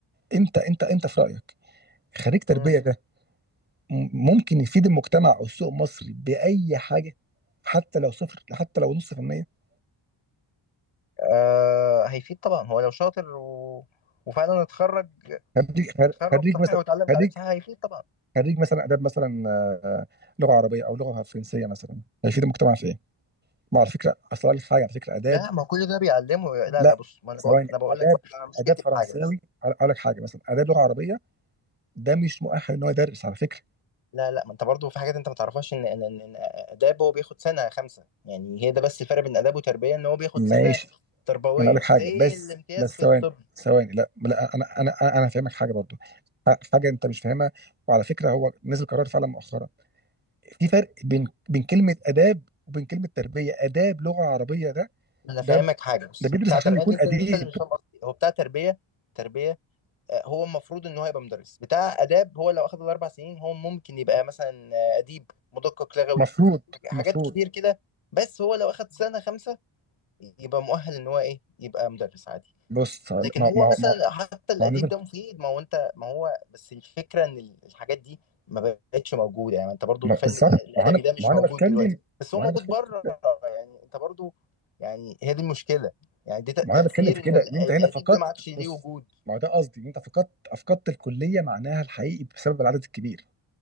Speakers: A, on the right; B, on the left.
A: انت انت انت في رايك خريج تربيه
B: مم.
A: ده م- ممكن يفيد المجتمع او السوق المصري باي حاجه حتى لو صفر حتى لو نص في المية
B: آه هيفيد طبعا هو لو شاطر و... وفعلا اتخرج
A: خريج خريج
B: تخرج
A: خريج
B: صحيح
A: مثلا
B: واتعلم
A: خريج
B: تعليم صحيح هيفيد طبعا
A: خريج مثلا اداب مثلا آه، لغه عربيه او لغه فرنسيه مثلا هيفيد المجتمع في ايه؟ ما هو على فكره اصل أقول لك حاجه على فكره اداب
B: لا ما هو كل ده بيعلمه لا
A: لا
B: لا بص ما انا
A: ثواني
B: بقول انا بقول
A: اداب
B: لك بقى انا مشكلتي
A: اداب فرنساوي
B: في حاجه
A: اقول لك حاجه مثلا اداب لغه عربيه ده مش مؤهل ان هو يدرس على فكره
B: لا لا ما انت برضو في حاجات انت ما تعرفهاش ان ان ان إن اداب هو بياخد سنه خمسه يعني هي ده بس الفرق بين اداب وتربيه ان هو بياخد
A: ماشي
B: سنه تربويه
A: ما انا اقول لك حاجه
B: زي
A: بس
B: الامتياز
A: بس
B: في
A: ثواني
B: الطب
A: ثواني لا لا انا انا انا أنا هفهمك حاجه برضو ح- حاجه انت مش فاهمها وعلى فكره هو نزل قرار فعلا مؤخرا في فرق بين بين كلمه اداب وبين كلمه تربيه اداب لغه عربيه ده
B: انا
A: ده
B: فاهمك حاجه بص
A: ده بيدرس
B: بتاع
A: عشان
B: تربيه
A: يكون
B: انت
A: اديب
B: انت اللي مش فاهم قصدي هو بتاع تربيه تربيه آه، هو المفروض ان هو يبقى مدرس بتاع اداب هو لو اخد الاربع سنين هو ممكن يبقى مثلا آه، اديب مدقق لغوي
A: مفروض
B: حاجات
A: المفروض
B: كتير كده بس هو لو اخد سنه خمسه يبقى مؤهل ان هو ايه يبقى مدرس عادي
A: بص هقول-
B: لكن
A: ما
B: هو
A: ما
B: مثلا
A: ما
B: حتى الاديب
A: ما انا
B: ده مفيد ما هو انت ما هو بس الفكره ان ال- الحاجات دي ما بقتش موجوده يعني انت برضو
A: ما
B: الفن
A: بالظبط
B: ال- الادبي
A: ما انا
B: ده مش
A: ما انا
B: موجود
A: بتكلم
B: دلوقتي بس
A: ما
B: هو موجود
A: انا بتكلم
B: بره يعني انت برضو يعني هي دي المشكله يعني دي تأ-
A: ما انا
B: تاثير
A: بتكلم في
B: ان
A: كده
B: ال-
A: ان انت
B: الاديب
A: هنا فقدت
B: ده ما عادش ليه
A: بص
B: وجود
A: ما هو ده قصدي ان انت فقدت افقدت الكليه معناها الحقيقي بسبب العدد الكبير